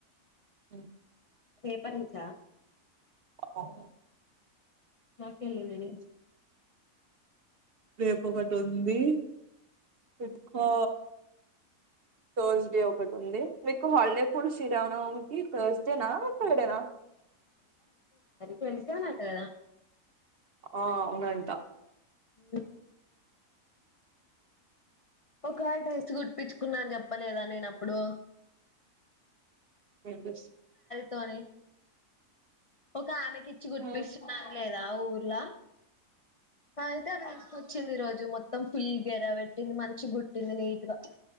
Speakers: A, on the right (about 50°); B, on the left (about 65°).
A: ఉమ్.
B: రేపటినుంచ.
A: అవును.
B: ఆహ్ ఎల్లుండి నుంచి.
A: రేపు ఒకటి ఉంది ఇంకా. థర్స్డే ఒకటి ఉంది మీకు హాలిడేప్పుడు శ్రీరామనవమికి థర్స్డేనా ఫ్రైడేనా.
B: వెడ్నెస్ డేనంట కదా.
A: ఆహ్ అవునంట.
B: ఉమ్. ఒక డ్రెస్ కుట్పించుకున్నాను అని చెప్పలేదా నేనప్పుడు.
A: ఆహ్ బస్.
B: తనే. ఒక ఆమెకి ఇచ్చి కుట్టిపిస్తున్నా
A: ఆ
B: అనలేదా ఊర్లా. అయితే ఆమె వచ్చింది ఈ రోజు. మొత్తం ఫుల్ గెరా పెట్టింది మంచిగుట్టింది నీట్గా